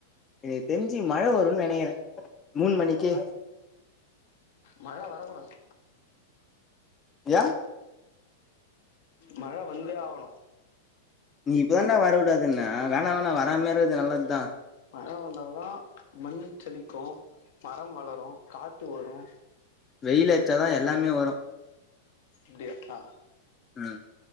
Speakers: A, on the left; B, on the left.
A: எனுக் தெர்ஞ்சி மழ வருன் நெனைக்கிறே மூண் மணிக்கே
B: மழ வரக்கூடாது
A: யா
B: மழ வந்தே ஆவனு
A: நீ இப்பதாண்டா வர வுடாதுன்ன வேணா வேணா வராமலே இருக்குது நல்லத்தா
B: மழ வந்தாதா மண் செழிக்கு மரம் வளரு காத்து வரு
A: வெயில் அட்ச்சாதா எல்லாமே வரு
B: அப்டியா ஆ
A: ம்